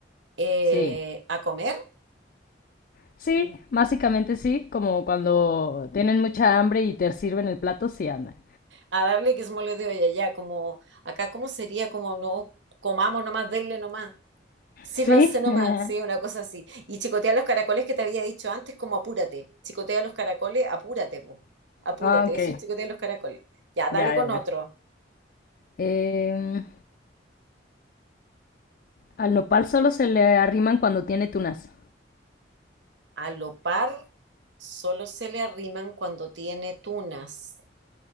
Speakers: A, on the right; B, on the left.
A: Eh,
B: Sí.
A: a comer,
B: Sí, básicamente sí, como cuando tienen mucha hambre y te sirven el plato, sí anda.
A: a darle que se me de hoy ya como acá, ¿cómo sería? Como no comamos nomás, denle nomás, sírvanse
B: ¿Sí?
A: nomás,
B: <laughs>
A: sí, una cosa así. Y chicotea los caracoles que te había dicho antes, como apúrate, chicotea los caracoles, apúrate, po. Apúrate,
B: Ah, ok.
A: eso es chicotea los caracoles. Ya, dale
B: Ya,
A: con
B: ya, ya.
A: otro.
B: Em, al nopal solo se le arriman cuando tiene tunas.
A: A lo par solo se le arriman cuando tiene tunas.